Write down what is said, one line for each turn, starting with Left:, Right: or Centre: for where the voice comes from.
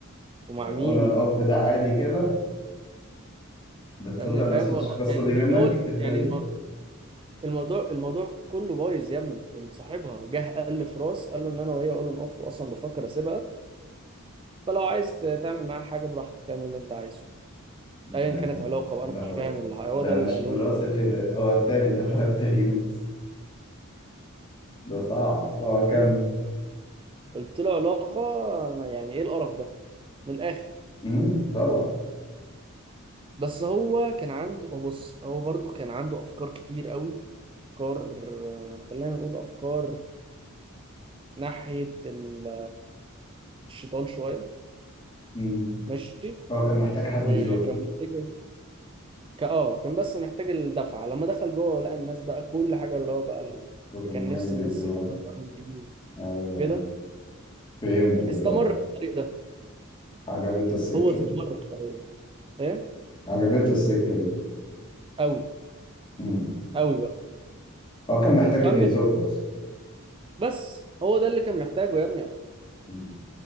Right: ومع مين
Left: اون اون اوف ده on and off ده عادي كده ده تصدق
Right: يا ابني
Left: انا
Right: فاهم
Left: ما سمعتش القصة
Right: يعني ديك
Left: دي منك
Right: قلت
Left: الحتة
Right: يعني
Left: دي
Right: الم... الموضوع الموضوع كله بايظ يا ابني صاحبها جه قال لي في راس قال له ان انا وهي اون اند اوف واصلا بفكر اسيبها فلو عايز ت- تعمل معاها حاجه براحتك اعمل اللي انت عايزه ايا
Left: تمام
Right: كانت علاقه بقى
Left: جرب
Right: انا مش فاهم اللي هو
Left: ده
Right: ده اللي
Left: مش
Right: قاله
Left: في راسي
Right: لي يعني.
Left: يا شيخ، ده هو التاني ده هو التيوس ده صعب هو كان
Right: <laughs> قلت له علاقه يعني ايه القرف ده من الاخر
Left: مم. طبعا
Right: بس هو كان عنده هو بص هو برضه كان عنده افكار كتير قوي أفكار خلينا نقول أفكار ناحية ال- الشيطان شوية
Left: مم.
Right: ماشي
Left: هو كان محتاج حد
Right: وكان
Left: يزق
Right: محتاج كا- اه كان بس محتاج الدفعة لما دخل جوه لقى الناس بقى كل حاجة اللي هو بقى ال-
Left: هو
Right: اللي كان
Left: معين
Right: نفس
Left: بالدرون
Right: الناس يتعامل معاهم بيه
Left: أيوة أيوة.
Right: كده
Left: فهمت دلوقتي
Right: استمر في الطريق ده
Left: عجبته السكة
Right: هو استمر
Left: دي
Right: في الطريق ده ايه
Left: عجبته السكة دي
Right: قوي
Left: مم.
Right: قوي بقى
Left: هو كان محتاج
Right: كمل
Left: اللي يزقه
Right: في
Left: أصلا
Right: بس هو ده اللي كان محتاجه يا ابني
Left: مم.